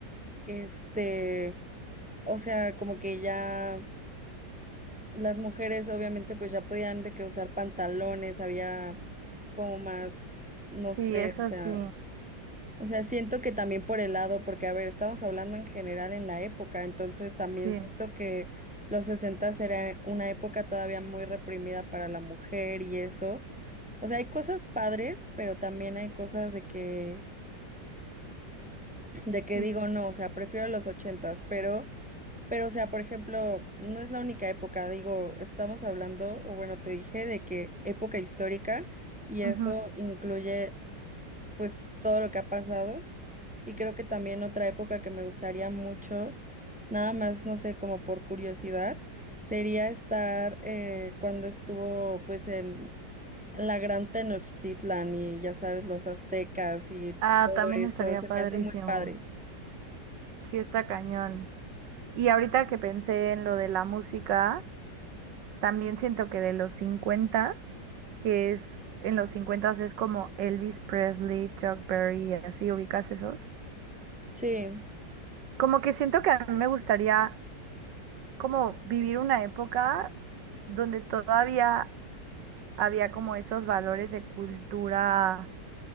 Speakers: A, in the centre; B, on the right.
A: este, o sea, como que ya las mujeres obviamente pues ya podían de que usar pantalones, había como más, no sé,
B: Y eso
A: o sea,
B: sí,
A: o sea, siento que también por el lado, porque a ver, estamos hablando en general en la época, entonces también
B: sí,
A: siento que los sesentas era una época todavía muy reprimida para la mujer y eso. O sea, hay cosas padres, pero también hay cosas de que, de que
B: sí.
A: digo no, o sea, prefiero los ochentas, pero, pero, o sea, por ejemplo, no es la única época, digo, estamos hablando, o bueno, te dije de que época histórica, y eso
B: ujú.
A: incluye pues todo lo que ha pasado, y creo que también otra época que me gustaría mucho, nada más, no sé, como por curiosidad, sería estar eh, cuando estuvo pues en la gran Tenochtitlan y ya sabes, los aztecas y
B: Ah,
A: todo
B: también
A: eso,
B: estaría
A: se
B: padrísimo.
A: me hace muy padre.
B: Sí, está cañón. Y ahorita que pensé en lo de la música, también siento que de los cincuentas, que es en los cincuentas es como Elvis Presley, Chuck Berry y así, ¿ubicas esos?
A: Sí,
B: Como que siento que a mí me gustaría como vivir una época donde todavía había como esos valores de cultura,